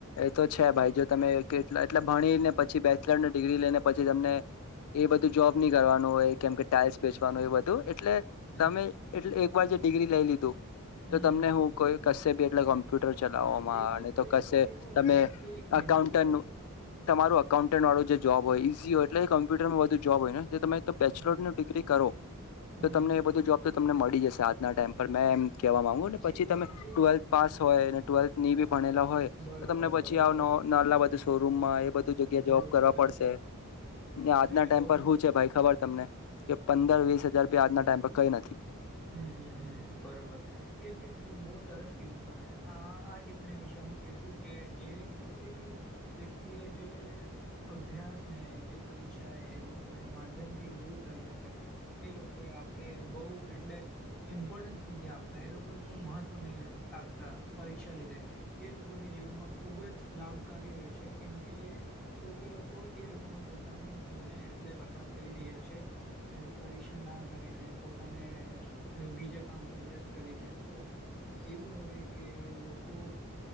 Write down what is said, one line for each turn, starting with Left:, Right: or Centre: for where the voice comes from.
Left: એ તો છે ભાઈ જો તમે કેટલા એટલે ભણી ને પછી બે ચલરની ડિગ્રી લઈને પછી તમને એ બધું જોબ ની કરવાનું હોય કેમ કે ટાઈલ્સ વેચવાનું એવુ બધું એટલે
Centre: હમ
Left: તમે એટલે ડિગ્રી લઈ લીધું. તો
Centre: હમ
Left: તમને
Centre: હમ
Left: હું કોઈ કરશે બી એટલે કોમ્પ્યુટર ચલાવવામાં
Centre: હા એક એક
Left: ને તો
Centre: એક
Left: કરશે
Centre: એવું હોય
Left: તમે
Centre: ને કે એક મહેનત
Left: અકાઉન્ટરનુ
Centre: વાળું
Left: તમારું અકાઉન્ટન્ટ જે જો હોય ઈઝીય એટલેએ કમ્પ્યુટરમાં વધુ જોબ હોય ને તમે
Centre: હમ
Left: બેચલર ડિગ્રી કરો
Centre: હમ
Left: તો તમને
Centre: હમ
Left: એ બધું જોબ તમને મડી જશે આજના ટાઈમ મેં એમ કેવા
Centre: હા
Left: માંગુને
Centre: જે
Left: પછી તમે
Centre: જે
Left: ટુવેલ્થ પાસ હોય અને ટ્વેલ્થ ની બી ભણેલા હોય
Centre: બરોબર
Left: તમને પછી
Centre: બરોબર
Left: આવનો નાલા બધું શોરૂમમાં એ બધું જગ્યા જોબ
Centre: બહુ
Left: કરવા
Centre: સરસ
Left: પડશે. ને આજના
Centre: નહી નહી
Left: ટાઈમ
Centre: બહુ
Left: પર હું છે ભાઈ ખબર તમને પંદર વીસ હજાર આજના ટાઈમ પર કઈ નથી.
Centre: હુમ હુમ હુમ બરોબર કેમકે શું બો સરસ કીધું તમે આ આ ટીપ્પણી વિશે હું કેશું કે જે કોઈ બી વ્યક્તિ એ જે અભ્યાસને જે પરીક્ષા એ એ લોકોએ માધ્યમ થી દૂર કર્યા છે. એ લોકોએ આપણે બઉ એટલે ઈમ્પોર્ટન્સ નથી આપતા એ લોકોએ શું મહત્ત્વ નહીં રાખતા પરીક્ષા લીધે. એ લોકોને જીવનમાં ખૂબ જ લાભકારી હોય છે કેમકે કોઈ કોઈ લોકો એ લોકોનો પોતાનો સમય એટલે બરબાદ કરી રહ્યા છે. પરીક્ષા ના કરીને પોતાના અને બીજા કામ પર વ્યસ્ત કરીને શો એવું હોય કે લોકો